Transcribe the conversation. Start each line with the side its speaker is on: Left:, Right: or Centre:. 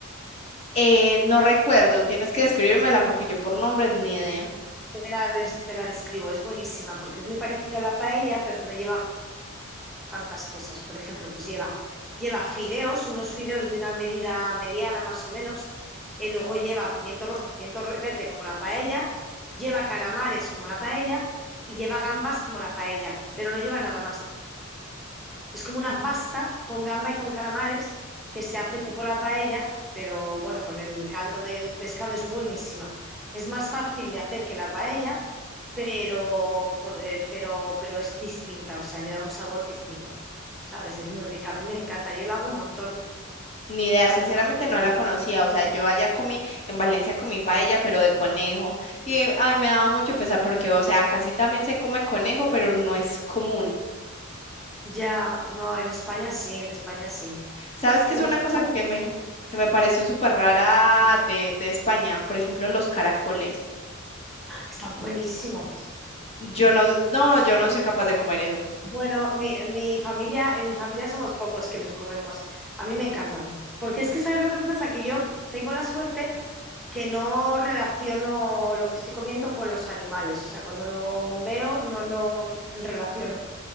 Left: Eh, no recuerdo, tienes que describírmela porque yo por nombres ni idea.
Centre: te la, des- te la describo, es buenísima porque es muy parecida a la paella, pero no lleva tantas cosas. Por ejemplo, pues lleva, lleva fideos, unos fideos de una medida mediana más o menos, eh, luego lleva pimiento rojo, pimiento verde como la paella, lleva calamares como la paella y lleva gambas como la paella, pero no lleva nada más. Es como una
Left: Mm,
Centre: pasta con gamba y con calamares que se hace tipo la paella, pero bueno, con el caldo del pescado es buenísima. Es más fácil de hacer que la paella, pero, por- eh, pero, pero es distinta, o sea, le da un sabor distinto, ¿sabes? Es muy rica, a mí me encanta, yo la hago un montón,
Left: Ni idea,
Centre: ¿sabes?
Left: sinceramente
Centre: La hago un
Left: no
Centre: montón.
Left: la conocía. O sea, yo allá comí, en Valencia comí paella, pero de conejo. Y eh, ay, me daba mucho pesar porque, o sea, casi también se come conejo, pero no es común.
Centre: Ya, no, en España sí, en España sí.
Left: ¿Sabes
Centre: Y
Left: qué
Centre: bueno,
Left: es una cosa
Centre: ¿sabes?
Left: que me, que me pareció súper rara de, de España? Por ejemplo, los caracoles.
Centre: Están buenísimos.
Left: Yo no, no, yo no soy capaz de comer eso.
Centre: Bueno, mi, mi familia, en mi familia somos pocos que los comemos. A mí me encantan. Porque es que, ¿sabes lo que pasa? Que yo tengo la suerte que no relaciono lo que estoy comiendo con los animales. O sea, cuando lo veo, no lo relaciono.